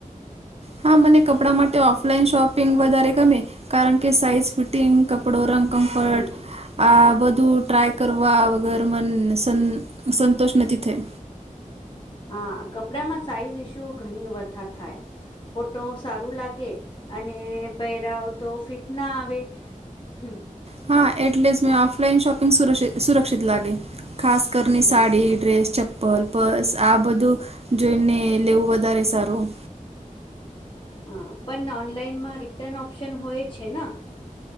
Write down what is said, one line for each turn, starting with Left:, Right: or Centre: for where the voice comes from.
Right: હા મને કપડા માટે ઓફલાઈન શોપિંગ વધારે ગમે, કારણ કે સાઈઝ ફિટ તીન કપડો રંગ કમ્ફર્ટ
Left: હમ
Right: આ બધું ટ્રાય કરવા વગર મન સંત સંતોષ નથી થઈ.
Left: હા કપડા માં સાઈઝ ઇશુ ઘણી વધા થાય. ફોટો સારું લાગે અને પહેરા તો ફિટ ના આવે. હું.
Right: હા, એટલે જ મે ઓફલાઈન શોપિંગ સુર સુરક્ષિત લાગે ખાસ‌. કરની
Left: હમ
Right: સાડી ડ્રેસ ચંપલ, પર બસ આ બધું જોઈને લેવું વધારે સારું
Left: હા પણ ઓનલાઈન માં રિટર્ન ઓપ્શન હોય છે ને